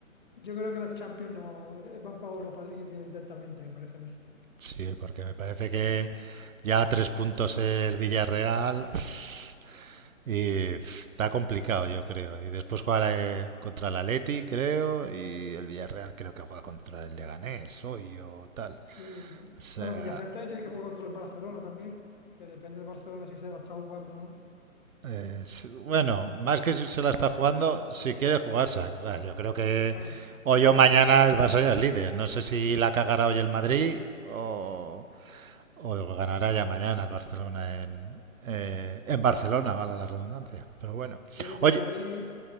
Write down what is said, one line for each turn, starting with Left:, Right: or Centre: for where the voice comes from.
Left: Yo creo que las Champions no van para Europa League directamente, me parece a mí.
Right: Sí, porque me parece que ya a tres puntos el Villarreal pf, y pf, está complicado, yo creo. Y después jugará eh, contra el Atleti, creo, y el Villarreal creo que juega contra el Leganés hoy o tal.
Left: Sí.
Right: O sea,
Left: Bueno, Villarreal todavía tiene que jugar contra el Barcelona también, que depende del Barcelona si se la está jugando o no.
Right: Eh, s- bueno, más que si se la está jugando, si quiere jugarse. yo creo que
Left: Claro.
Right: hoy o mañana el Barça ya es líder. No sé si la cagará hoy el Madrid o, o ganará ya mañana el Barcelona en, eh, en Barcelona, valga la redundancia. Pero bueno.
Left: <laughs> Yo creo que
Right: Oye,
Left: el Madrid